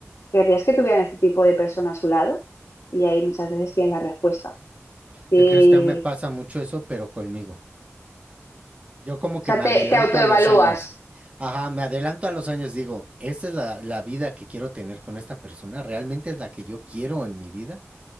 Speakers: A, on the left (about 75°); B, on the right (about 25°).
A: ¿Querrías que tuvieran este tipo de persona a su lado? Y ahí muchas veces tienes la respuesta. Sí,
B: ¿Qué crees que a mí me pasa mucho eso, pero conmigo? Yo como
A: o sea,
B: que me
A: te,
B: adelanto
A: te autoevalúas.
B: a los años. Ajá, me adelanto a los años, digo, esta es la, la vida que quiero tener con esta persona, realmente es la que yo quiero en mi vida.